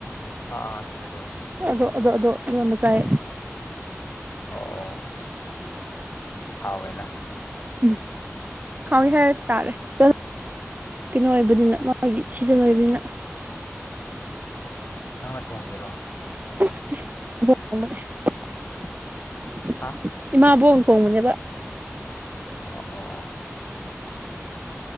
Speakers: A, on the left; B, on the right.
A: ꯑꯥ ꯑꯥ ꯆꯨꯝꯃꯦ ꯆꯨꯝꯃꯦ
B: ꯑꯥ ꯑꯗꯣ ꯑꯗꯣ ꯏꯔꯣꯟꯕ ꯆꯥꯏ
A: ꯑꯣ ꯑꯣ ꯍꯥꯎꯋꯦꯅ
B: ꯎꯝ ꯍꯥꯎꯏ ꯍꯥꯏꯔꯛ ꯇꯥꯔꯦ ꯇꯠꯂ ꯀꯩꯅꯣ ꯑꯣꯏꯕꯅꯤꯅ ꯃꯥꯒꯤ ꯁꯤꯖꯟ ꯑꯣꯏꯕꯅꯤꯅ
A: ꯅꯪꯅ ꯊꯣꯡꯉꯤꯔꯣ
B: <unintelligible>
A: ꯍꯥꯥ
B: ꯏꯃꯥꯕꯣꯛꯅ ꯊꯣꯡꯕꯅꯩꯕ
A: ꯑꯣ ꯑꯣ